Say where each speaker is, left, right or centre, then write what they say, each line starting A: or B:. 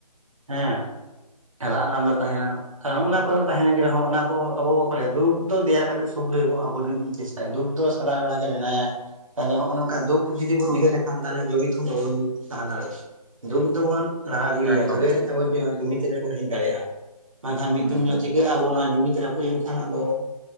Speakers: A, on the right (about 55°); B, on the right (about 35°).
A: ᱦᱮᱸ ᱨᱟᱜ ᱞᱟᱸᱫᱟ ᱛᱟᱦᱮᱱᱟ᱾ ᱠᱟ ᱦᱚᱜᱚᱱᱟ ᱠᱚᱫᱚ ᱛᱟᱦᱮᱱ ᱜᱮ ᱨᱮᱦᱚᱸ ᱚᱱᱟ ᱠᱚ ᱟᱵᱚ ᱵᱟᱝᱠᱚ ᱞᱟᱭᱟ ᱫᱩᱠ ᱫᱚ ᱫᱮᱭᱟ ᱠᱟᱛᱮᱜ ᱥᱩᱠ ᱨᱮ ᱟᱵᱚ ᱨᱮᱱ ᱪᱮᱥᱴᱟᱭᱟ ᱫᱩᱠ ᱫᱚ ᱥᱟᱨᱟ ᱵᱮᱲᱟ ᱜᱮ ᱢᱮᱱᱟᱭᱟ᱾ ᱛᱟᱦᱚᱞᱮ ᱦᱚᱜᱚ ᱱᱚᱝᱠᱟ ᱫᱩᱠ ᱡᱩᱫᱤ ᱵᱚᱱ ᱩᱭᱦᱟᱹᱨ ᱞᱮᱠᱷᱟᱱ ᱛᱟᱦᱞᱮ ᱡᱩᱢᱤᱫ ᱦᱚᱸ ᱵᱟᱵᱚᱱ ᱛᱟᱦᱮᱸ ᱫᱟᱲᱮᱜ-ᱟ᱾ ᱫᱩᱠ ᱫᱚᱵᱚᱱ ᱞᱟᱦᱟ ᱜᱤᱲᱤᱭᱟ
B: ᱦᱮᱸ ᱮᱠᱫᱚᱢ
A: ᱛᱚᱵᱮ ᱟᱹᱱᱤ ᱠᱷᱟ ᱵᱚᱱ <unintelligible> ᱫᱟᱲᱮᱭᱟᱜᱼᱟ ᱵᱟᱝᱠᱷᱟᱱ
B: ᱦᱩᱸ
A: ᱢᱤᱫ ᱫᱤᱱ
B: ᱦᱩᱸ
A: ᱦᱤᱞᱳᱜ ᱪᱤᱠᱟᱹᱜ-ᱟ ᱟᱵᱚ ᱱᱚᱣᱟ ᱡᱩᱢᱤᱫ ᱨᱟᱹᱯᱩᱜ ᱞᱮᱱᱠᱷᱟᱱ ᱟᱫᱚ